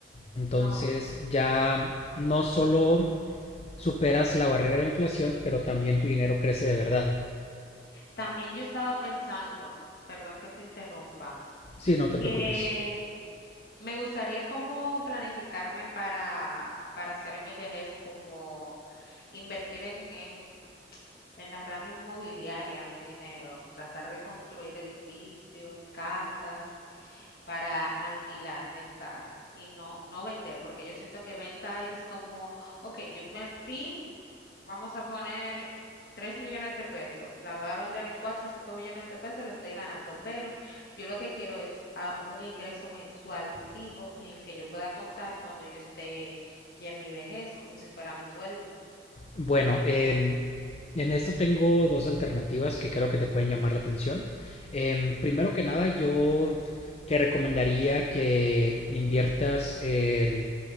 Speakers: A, on the left; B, on the left.
A: Entonces
B: No.
A: ya no solo superas la barrera de la inflación, pero también tu dinero crece de verdad.
B: También yo he estado pensando, perdón que te interrumpa,
A: Sí, no te
B: que
A: preocupes.
B: me gustaría como planificarme para, para hacer mi vejez, como invertir en, en En la rama inmobiliaria, mi dinero, tratar de construir edificios, casas para alquilar, rentar y no, no vender, porque yo siento que venta es como, ok, yo invertí, vamos a poner 3 millones de pesos, la voy a vender en 4 o 5 millones de pesos, lo estoy ganando, pero yo lo que quiero es ah, un ingreso mensual fijo en el que yo pueda contar cuando yo esté ya en mi vejez, como si fuera mi sueldo.
A: Bueno, en, en esto tengo dos alternativas que creo que te pueden llamar la atención. Em, primero que nada, yo te recomendaría que inviertas en,